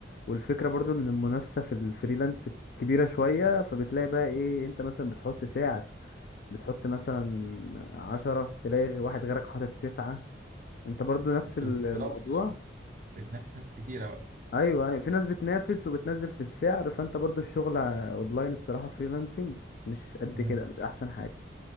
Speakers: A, on the left; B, on the right.
A: والفكرة برضو ان المنافسة في الفريلانس كبيرة شوية فبتلاقي بقى ايه انت مثلا بتحط سعر بتحط مثلا عشرة تلاقي واحد غيرك حاطط تسعة انت برضو نفس الموضوع
B: بالظبط بتنافس ناس كتيرة
A: ايوه ايوه في ناس بتنافس وبتنزل في السعر فانت برضو الشغل ع- اونلاين الصراحه فريلانسنج مش قد
B: بقى
A: كده مش احسن حاجه